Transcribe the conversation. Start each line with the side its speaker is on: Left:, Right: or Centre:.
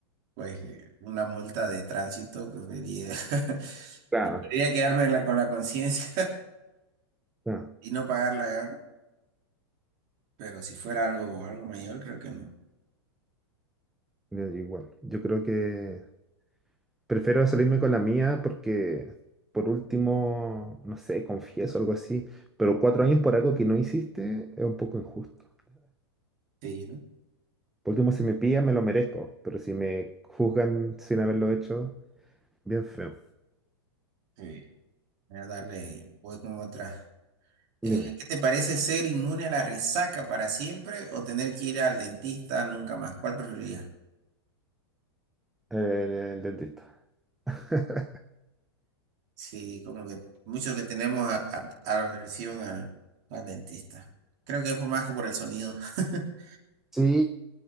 Right: pues, eh, una multa de tránsito, preferiría, <laughs>
Centre: Claro.
Right: preferiría quedarme en la- con la conciencia
Centre: claro.
Right: <laughs> y no pagarla, digamos. Pero si fuera algo, algo mayor, creo que no.
Centre: Ya, yo igual. Yo creo que prefiero salirme con la mía porque, por último, no sé, confieso algo así, pero cuatro años por algo que no hiciste es un poco injusto.
Right: Sí, ¿no?
Centre: Por último, si me pillan, me lo merezco, pero si me juzgan sin haberlo hecho, bien feo.
Right: Sí. Voy a darle, voy con otra. Eh,
Centre: Dime,
Right: ¿qué te parece ser inmune a la resaca para siempre o tener que ir al dentista nunca más? ¿Cuál preferirías?
Centre: el, el dentista. <laughs>
Right: Sí, como que muchos le tenemos a- a- aversión al, al dentista. Creo que es por más que por el sonido. <laughs>
Centre: Sí,